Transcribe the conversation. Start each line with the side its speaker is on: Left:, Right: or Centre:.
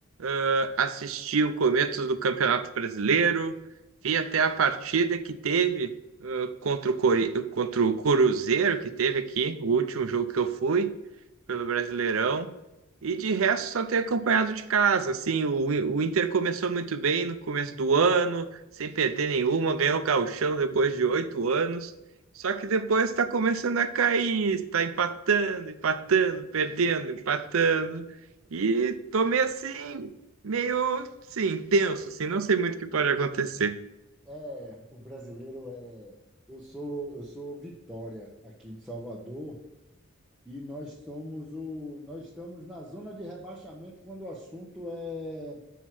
Right: ah, assisti o começo do Campeonato Brasileiro, vi até a partida que teve ah, contra o Cori- contra o Cruzeiro, que teve aqui, o último jogo que eu fui pelo Brasileirão. E de resto, só ter acompanhado de casa. Assim, o, o Inter começou muito bem no começo do ano, sem perder nenhuma, ganhou o Gauchão depois de oito anos. Só que depois está começando a cair, está empatando, empatando, perdendo, empatando. E tô meio assim, meio, sim, tenso, assim, não sei muito o que pode acontecer.
Centre: É, o brasileiro é. Eu sou, eu sou Vitória aqui de Salvador e nós somos o, nós estamos na zona de rebaixamento quando o assunto é,